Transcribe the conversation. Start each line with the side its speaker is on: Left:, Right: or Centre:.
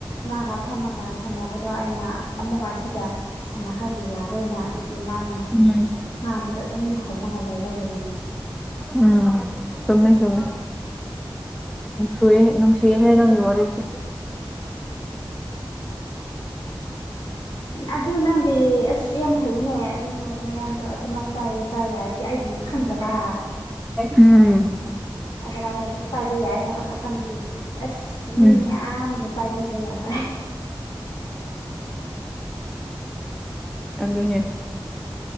Left: ꯃꯥꯒ ꯐꯝꯃꯒ ꯁꯥꯟꯅꯕꯗꯣ ꯑꯩꯅ ꯑꯃꯨꯛꯀ ꯑꯁꯤꯗ ꯁꯥꯟꯅꯈ꯭ꯔꯗꯤ ꯌꯥꯔꯣꯏꯅ ꯑꯗꯨꯒꯤ ꯃꯥꯅ
Centre: ꯎꯝ
Left: ꯉꯥꯡꯕꯗ ꯑꯗꯨꯝ ꯈꯨꯝꯃꯥꯒ ꯂꯩꯕꯒꯤ ꯎꯝ
Centre: ꯎꯝ ꯆꯨꯝꯃꯦ ꯆꯨꯝꯃꯦ ꯅꯨꯡꯁꯨꯑꯦ ꯅꯨꯡꯁꯤꯍꯦ ꯅꯪꯒꯤ ꯋꯥꯔꯤꯁꯦ
Left: ꯑꯗꯨ ꯅꯪ ꯗꯤ ꯑꯁ ꯌꯥꯝ ꯐꯩꯅꯦ ꯑꯣ ꯃꯌꯥꯝꯗꯣ ꯑꯗꯨꯃꯥꯏ ꯄꯥꯏꯌꯦ ꯄꯥꯏ ꯌꯥꯌꯦꯗꯤ ꯑꯩꯗꯤ ꯈꯪꯗꯕ
Centre: ꯎꯝ
Left: ꯑꯗꯨꯃꯥꯏ ꯄꯥꯏꯕ ꯌꯥꯏ ꯍꯥꯏꯕ ꯈꯪꯗꯤ ꯑꯁ ꯃꯤ
Centre: ꯎꯝ
Left: ꯃꯌꯥꯝ ꯄꯥꯏꯕꯤꯕ ꯌꯥꯕ
Centre: ꯑꯗꯨꯅꯦ